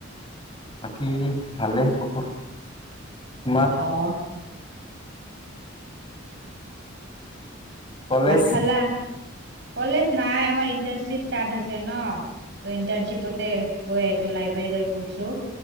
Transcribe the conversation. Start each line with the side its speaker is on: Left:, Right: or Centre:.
Left: বাকী ভালে সপোৰ। তোমাৰ?
Right: অ'
Left: কলেজ
Right: ভাত খালা? কলেজ নাই আমাৰ ইণ্টাৰশিপ ষ্টাৰ্ট হৈছে ন। ত ইণ্টাৰ্ণশ্বিপতে গৈ আছো লাইব্ৰেৰী তাত গৈছো